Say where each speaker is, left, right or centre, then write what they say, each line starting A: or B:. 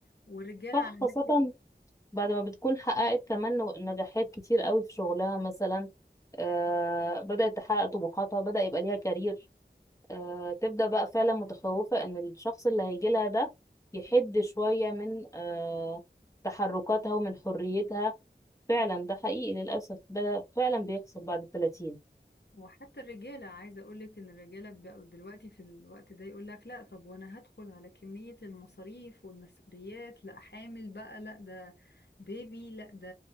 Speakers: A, on the left (about 70°); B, on the left (about 15°).
A: والرجالة
B: صح
A: على الناحية
B: خاصة بعد ما بتكون حققت كمان نو- نجاحات كتير قوي في شغلها مثلا آه بدأت تحقق طموحاتها بدأ يبقى ليها كارير آه، تبدأ بقى فعلا متخوفة ان الشخص اللي هيجي لها ده يحد شوية من آه، تحركاتها ومن حريتها فعلا ده حقيقي للأسف ده فعلا بيحصل بعد التلاتين
A: وحتى الرجالة عايزة أقولك إن الرجالة بقوا دلوقتي في الوقت ده يقولك لأ طب وأنا هدخل على كمية المصاريف والمسؤوليات لأ حامل بقى لأ ده بيبي لأ ده